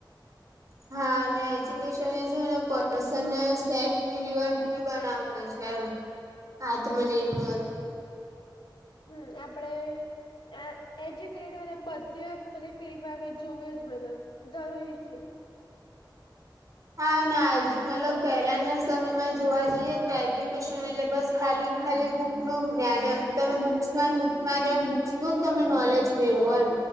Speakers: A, on the right; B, on the left.
A: હમ <inaudible> હા ને એજ્યુકેશન એ છે ને પર્સનને સેલ્ફ રિલવન્ટ બી બનાવે. એ છે એમ આત્મનિર્ભર
B: હમ આપણે અ એજ્યુકેટેડ બધે બધેય ફિલ્ડમાં બી જોવે જ મતલબ જરૂરી છે.
A: હા ના આજ મતલબ પહેલાના સમયમાં જોવા જઈએ ને તો એજ્યુકેશન એટલે બસ ખાલી ખાલી બુક નું જ્ઞાન એમ તમે બુક્સમાં બુક્સમાં રયોને બુક્સનું જ તમે નોલેજ મેળવો એમ.